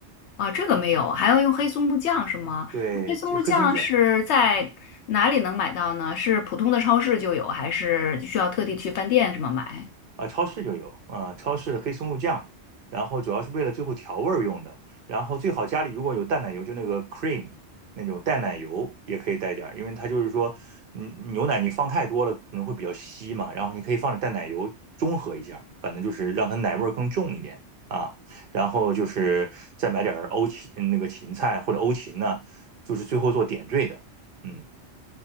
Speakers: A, on the left; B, on the right.
A: 啊，这个没有，还要用黑松露酱是吗？
B: 对，
A: 那黑松露酱是在哪里能买到呢？
B: 这黑松酱
A: 是普通的超市就有，还是需要特地去饭店什么买？
B: 啊，超市就有啊，超市的黑松露酱，然后主要是为了最后调味儿用的。然后最好家里如果有淡奶油，就那个 cream 那种淡奶油也可以带点儿，因为它就是说，嗯，牛奶你放太多了可能会比较稀嘛，然后你可以放点淡奶油中和一下反正就是让它奶味儿更重一点啊。然后就是再买点儿欧芹嗯那个芹菜或者欧芹呢，就是最后做点缀的，嗯